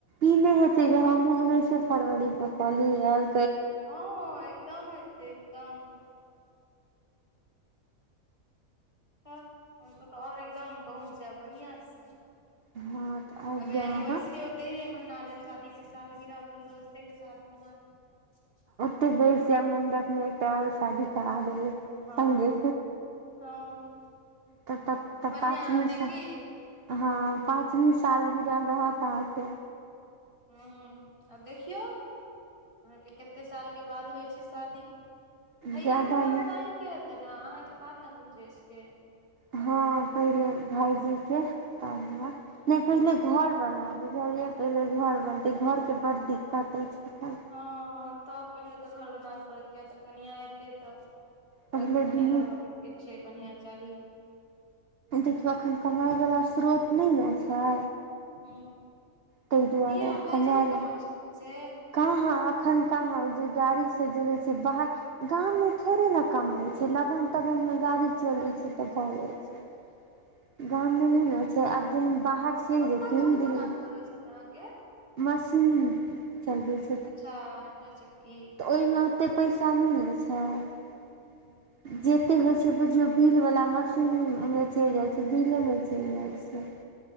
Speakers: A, on the right; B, on the left.
A: ई नै हेतै जे हमहूँ उन्नैसे फरवरी के कलि यार
B: हँ एकदम हेतै एकदम तब हमसभ तऽ आओर एकदम पहुँच जैब बढ़ियाँ से
A: हँ तऽ आबि
B: तब हैये
A: जायब
B: एनिवर्सरी
A: अहाँ
B: ओतहिये मना लेब शादी के साल गिरह अपन दोस्ते के साथ मना <unintelligible> लू के
A: हिये से मण्डप मे एकटा आओर शादी करा देबै
B: हँ
A: संगे
B: हँ
A: तऽ तब तऽ
B: बढ़िआँ
A: पाँच
B: रहतै
A: मिनटसँ
B: की
A: हँ पाँचमी साल गिरह रहत अहाँके
B: हँ आब देखियौ अहाँके केते साल के बाद होइ छै शादी भैया
A: जादा
B: के बात
A: नहि
B: तऽ अहींके हेतै ने अहाँके बाद न गुंजेश के
A: हँ पहिले भाइजीके तहन
B: हूँ
A: नै पहिले घर बनैब बुझलियै पहिले घर बनतै घरके बड्ड दिक्कत होइ छै एखन
B: हँ तब पहिले तऽ घर बनाबे पड़त किये तऽ कनियाँ एतै तऽ ओकरा
A: पहिले
B: तऽ कनि
A: दुनू
B: रहबके छै बढ़ियाँ चाही
A: देखियौ अखैन कमाइवला स्रोत नै न छै
B: हुँ
A: ताहि दुआरे
B: किये भाइजी
A: कमाय
B: नै
A: ले
B: कमाइ छथिन से
A: कहाँ अखन कहाँ उजे गाड़ीसे जे होइ छै बाहर गाममे थोड़े ने कमाइ छै लगन तगनमे गाड़ी चलै छै तऽ भऽ जाइ छै
B: हूँ
A: गाम मे नै न छै आब जेहन बाहर चलि
B: पप्पा
A: जेथिन
B: कथी के
A: दिल्ली
B: काम करै छथि अहाँके
A: मशीन चलबै छै
B: अच्छा आँटा चक्की
A: ओहिमे ओते पैसा नै न छै
B: हँ
A: जेते होइ छै बुझियौ बिल वला मशीनमे चलि जाइ छै बिलेमे चलि जाइ छै